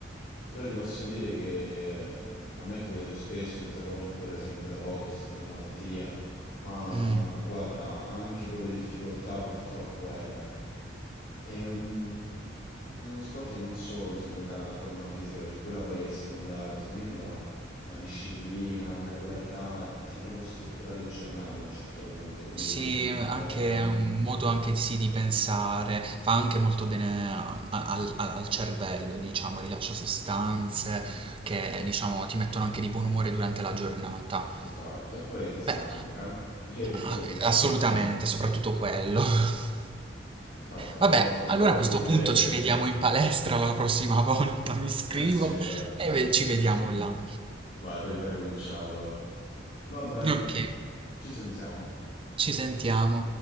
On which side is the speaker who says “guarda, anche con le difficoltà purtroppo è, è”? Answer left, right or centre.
Left